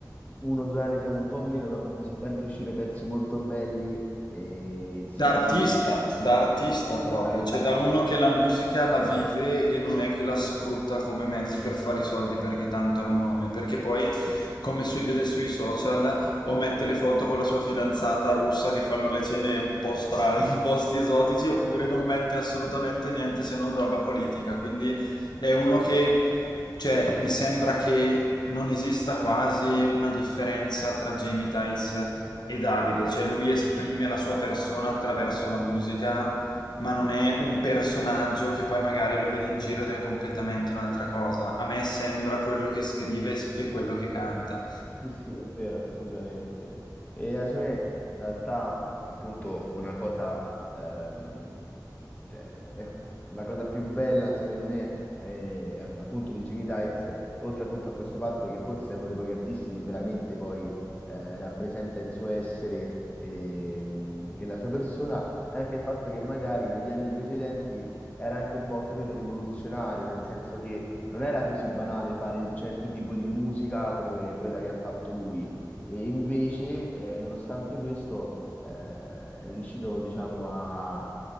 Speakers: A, on the left (about 20°); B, on the left (about 75°).
A: uno o due anni siamo un po' meno, però ha fatto sempre uscire pezzi molto belli e sentiti
B: Da artista, da artista proprio,
A: da artista.
B: cioè da uno che la musica la vive e non è che la sfrutta come mezzo per fare i soldi perché tanto ha il nome, perché poi, come si vede sui social, o mette le foto con la sua fidanzata russa che fanno le cene un po' strane, <laughs> in posti esotici, oppure non mette assolutamente niente se non roba politica. Quindi è uno che, cioè, mi sembra che non esista quasi una differenza tra Jamie Tights e Davide, cioè lui esprime la sua persona attraverso la musica, ma non è un personaggio che poi magari lo vede in giro ed è completamente un'altra cosa. A me sembra quello che scrive e quello che canta.
A: Sì, sì, è vero, assolutamente. E secondo me, in realtà, appunto, una cosa ehm, Cioè, ecco, la cosa più bella, secondo me, è eh, appunto di Jimmy Tykes, oltre appunto a questo fatto che forse è uno dei pochi artisti che veramente poi eh, rappresenta il suo essere e, mm, e la sua persona, è anche il fatto che magari negli anni precedenti era anche un po', capito, rivoluzionario, nel senso che non era così banale fare un certo tipo di musica come quella che ha fatto lui. E invece, eh, nonostante questo, eh, è riuscito, diciamo, a